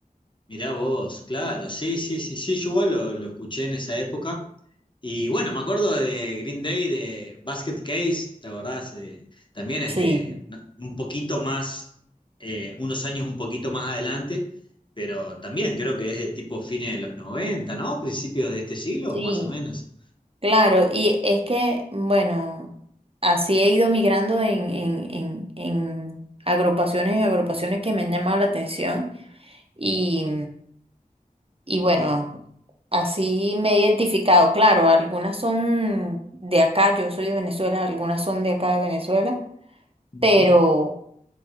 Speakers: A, on the left (about 35°); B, on the right (about 40°).
A: mirá vos, claro, sí, sí, sí, sí, yo igual lo, lo escuché en esa época. Y bueno, me acuerdo de Green Day, de Basket Case, ¿te acordás? Eh, también es
B: Sí,
A: de no, un poquito más, eh, unos años un poquito más adelante, pero también creo que es de tipo fines de los 90, ¿no? Principios de este siglo,
B: Sí,
A: más o menos.
B: claro, y es que, bueno, así he ido migrando en, en, en, en agrupaciones, en agrupaciones que me han llamado la atención y, y bueno, así me he identificado, claro, algunas son de acá, yo soy de Venezuela, algunas son de acá de Venezuela
A: Ujú.
B: pero, o